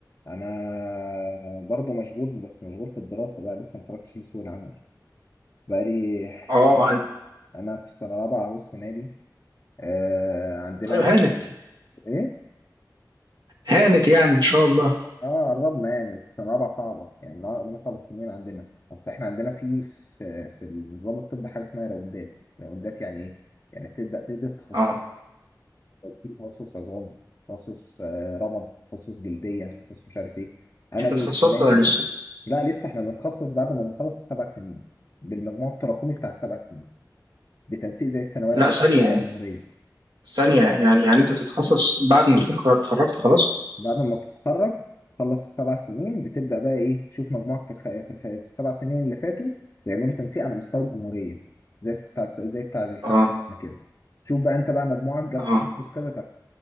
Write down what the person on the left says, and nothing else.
انا برضو مشغول بس مشغول في الدراسة بقى لسه ما اتفرجتش لسوق العمل بقى لي
<laughs>
انا في سنة رابعة اهو السنة دي آه عندنا
ايه؟
اه قربنا يعني بس السنة الرابعة صعبة يعني من من أصعب السنين عندنا بس احنا عندنا في في, في النظام الطبي حاجة اسمها راوندات راوندات يعني ايه؟ يعني بتبدأ تدرس تخصص
في تخصص عظام تخصص آه، رمد تخصص جلدية تخصص مش عارف ايه أنا
السنة
دي
لا لسه احنا بنتخصص بعد ما بنخلص السبع سنين بالمجموع التراكمي بتاع السبع سنين بتنسيق زي الثانوية العامة
بتاع
الجمهورية
بعد ما تتخرج تخلص السبع سنين بتبدأ بقى إيه تشوف مجموعك في الخ... في, الخ... في السبع سنين اللي فاتوا بيعملوا تنسيق على مستوى الجمهورية زي الس- بتاع الس- زي بتاع السنة
بتاعتنا كده شوف بقى أنت بقى مجموعك جاب
تخصص كذا تاخد